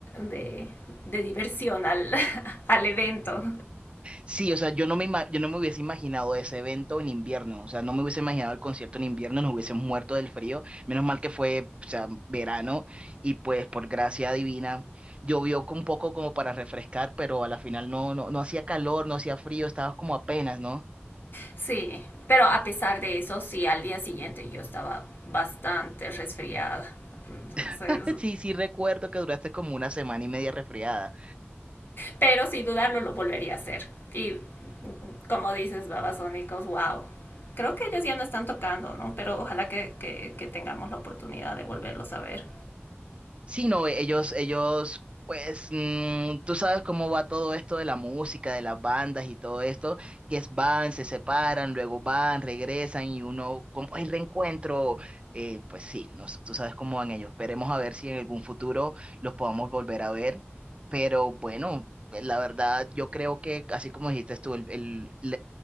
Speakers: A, on the left; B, on the right.
A: de, de diversión al, <laughs> al evento.
B: Sí, o sea, yo no me, ima- yo no me hubiese imaginado ese evento en invierno, o sea, no me hubiese imaginado el concierto en invierno, nos hubiésemos muerto del frío, menos mal que fue, o sea, verano y pues por gracia divina llovió un poco como para refrescar, pero a la final no, no, no hacía calor, no hacía frío, estabas como apenas, ¿no?
A: Sí. Pero a pesar de eso, sí, al día siguiente yo estaba bastante resfriada. Entonces,
B: <laughs> Sí, sí recuerdo que duraste como una semana y media resfriada.
A: pero sin dudarlo lo volvería a hacer. Y como dices, Babasónicos, wow. Creo que ellos ya no están tocando, ¿no? Pero ojalá que, que, que tengamos la oportunidad de volverlos a ver.
B: Sí, no, e, ellos, ellos, pues, mm, tú sabes cómo va todo esto de la música, de las bandas y todo esto, que es van, se separan, luego van, regresan y uno, como el reencuentro, eh, pues sí, no, sé, tú sabes cómo van ellos. Esperemos a ver si en algún futuro los podamos volver a ver, pero bueno, eh, la verdad, yo creo que, así como dijiste tú, el,